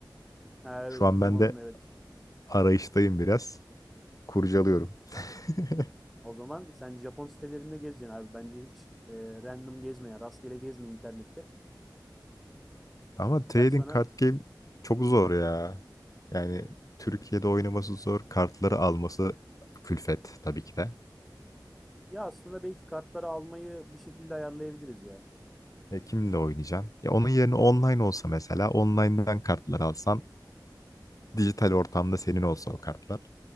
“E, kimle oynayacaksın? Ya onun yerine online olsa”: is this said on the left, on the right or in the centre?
Left